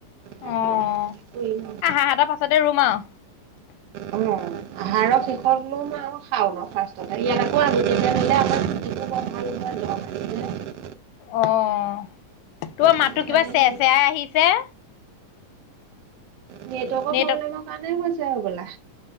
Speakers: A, on the right; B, on the left.
A: তাকে
B: অ'।
A: লাহে লাহে কৰিম আৰু
B: <unintelligible> পাছতে ৰূপ মহ
A: অ' আহাৰৰ শেষত লোম আৰু শাওনৰ ফাৰ্ষ্টতে, ইয়াত আকৌ আগতীয়াকৈ আনিলে আমাৰ <unintelligible> ভাল <unintelligible>
B: অ' <unintelligible> তোমাৰ
A: সেইকাৰণে
B: মাতটো কিবা চেৰ
A: হেৰি
B: চেৰাই আহিছে।
A: নেটৱৰ্কৰ
B: নেটৱৰ্ক
A: প্ৰব্লেমৰ কাৰণে হৈছে। ছে হব'লা।